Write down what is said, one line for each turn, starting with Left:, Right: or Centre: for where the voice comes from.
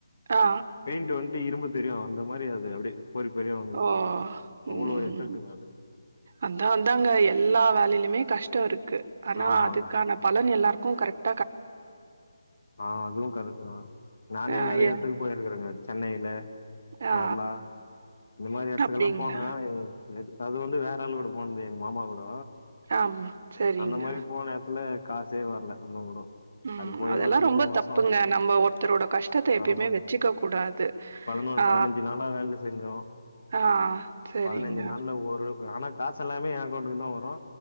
Right: ஆ.
Left: பெயிண்ட் வந்து இரும்புத் தெரியு அந்த மாரி அது வந்துரு
Right: ஓ உம்
Left: அவ்ளோ எஃபெக்ட்டுங்க அது
Right: அந்தா அந்தான்ங்க எல்லா வேலையிலுமே கஷ்டோ இருக் இருக்கு ஆனா
Left: ஆமாங்க
Right: அதுக்கான பலன் எல்லாருக்கு க்கு கரெக்ட்
Left: ஆ அதுவு கரெக்ட்டுதா நானே
Right: ஆ,
Left: நெறையா
Right: எ
Left: எடத்துக்கு போயிருக்குறேங்க சென்னையில
Right: ஆ,
Left: கேரளா இந்த மாரி எடத்துக்கெல்லா
Right: அப்டிங்களா?
Left: போனா அது வந்து வேற அளவுட் போன்தே எங்க மாமா கூட
Right: ஆம், சரிங்க.
Left: அந்த மாரி போன எடத்துல காசே வரல இன்னுங் கூட
Right: உம்
Left: அது போய்
Right: அதெல்லா
Left: ஒரு ரெண்டு
Right: ரொம்ப
Left: மூணு வருஷோ
Right: தப்புங்க நம்ம ஒருத்தரோட கஷ்டத்த எப்பயுமே
Left: ஆமா
Right: வச்சுக்க கூடாது
Left: பதினோரு
Right: ஆ
Left: பதினஞ்சு நாளா வேல செஞ்சோம்
Right: ஆ சரிங்க.
Left: பதினைஞ்சு நாள்ல ஒரு ஆனா காசு எல்லாமே ஏ அக்கவுண்டக்குதா வரு